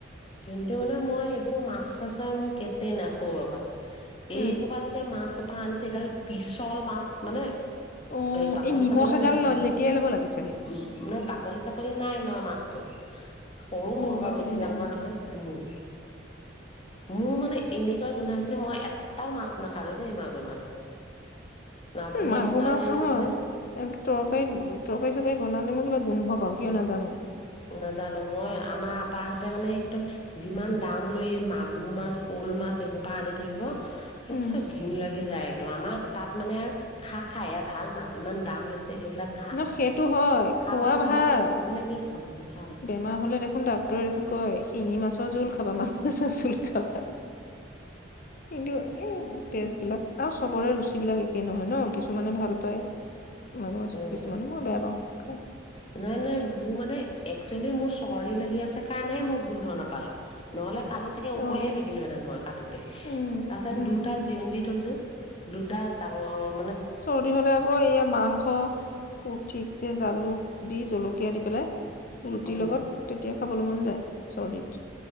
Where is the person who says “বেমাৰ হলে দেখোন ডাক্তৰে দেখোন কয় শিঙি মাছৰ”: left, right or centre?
Left